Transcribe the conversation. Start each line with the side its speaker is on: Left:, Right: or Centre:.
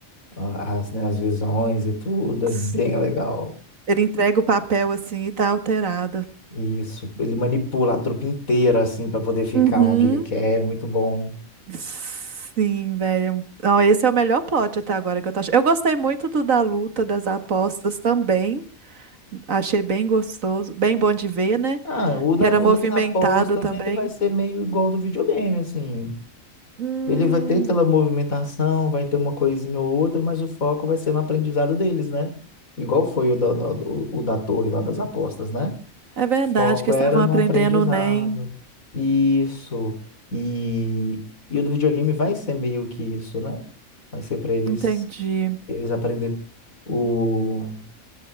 Left: a- as, né, as visões e tudo, é
Right: Isso.
Left: bem legal.
Right: Ele entrega o papel, assim, e tá alterado.
Left: Isso, ele manipula a trupe inteira, assim, para poder ficar
Right: Uhum.
Left: onde ele quer, é muito bom.
Right: Sim, velho. Não, esse é o melhor plot até agora que eu tô achando. Eu gostei muito do da luta, das apostas também. Achei bem gostoso, bem bom de ver, né?
Left: Ah, o, da,
Right: Que era
Left: o
Right: movimentado
Left: das apostas,
Right: também.
Left: ele vai ser meio igual ao do videogame, assim.
Right: Hum,
Left: Ele vai ter aquela movimentação, vai ter uma coisinha ou outra, mas o foco vai ser no aprendizado deles, né? Igual foi o, da- da- o, o da torre lá das apostas, né?
Right: é verdade
Left: O foco
Right: que estavam
Left: era no
Right: aprendendo
Left: aprendizado.
Right: o NEM.
Left: Isso. E, e o do videogame vai ser meio que isso, né? Vai ser para eles
Right: Entendi.
Left: eles aprender o